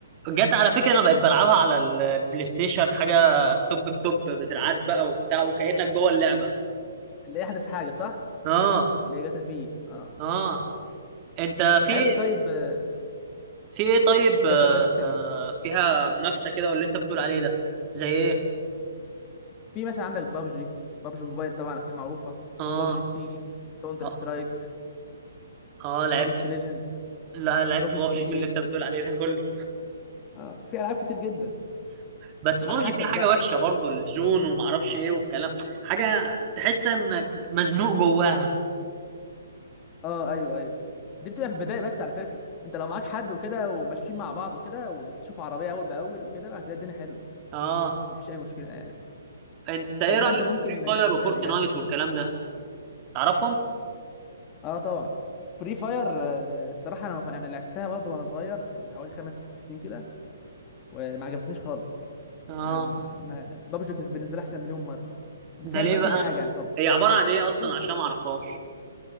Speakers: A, on the right (about 25°); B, on the left (about 20°).
A: جت على فكرة انا بقيت بلعبها على البلاي ستيشن حاجة توب التوب بدراعات بقى وبتاع وكأنك جوه اللعبة
B: اللي هي أحدث حاجة صح؟
A: اه
B: اللي هي جاتا في أه
A: اه انت في
B: لعبت طيب آه،
A: في ايه طيب آه،
B: جاتا فايس سيتي
A: آه، فيها منافسة كده واللي انت بتقول عليه ده زي ايه
B: في مثلا عندك بابجي بابجي موبايل طبعا أكيد معروفة
A: اه
B: بابجي ستيم كونتر
A: اه
B: سترايك
A: اه لعبت
B: أبيكس ليجندز
A: لا لعبت
B: روكيت
A: بابجي
B: ليج
A: في اللي انت بتقول عليه ده كله
B: أه في ألعاب كتير جدا
A: بس
B: على
A: بابجي
B: حسب
A: فيها حاجة
B: بقى
A: وحشة برضو الزون ومعرفش ايه والكلام حاجة تحس انك مزنوق جواها
B: اه ايوه ايوه دي بتبقى في البدايه بس على فكره انت لو معاك حد وكده وماشيين مع بعض وكده وبتشوف عربيه اول باول وكده هتلاقي الدنيا حلوه
A: اه
B: مفيش اي مشكله يعني
A: انت ايه
B: انما
A: رأيك
B: انت ممكن
A: في فري فاير
B: تتزنق
A: وفورتنايت
B: يعني في الزوم
A: والكلام ده تعرفهم
B: اه طبعا فري فاير آه، الصراحه انا ما- ف- يعني لعبتها برضه وانا صغير من حوالي خمس ست سنين كده وما عجبتنيش خالص
A: اه
B: يعني ما ما- بابجي كانت بالنسبه لي احسن مليون مره بسبب
A: ده ليه
B: بقى
A: بقى
B: كل حاجه يعني طبعا
A: هي عبارة عن ايه اصلا
B: كل
A: عشان
B: حاجه
A: ما اعرفهاش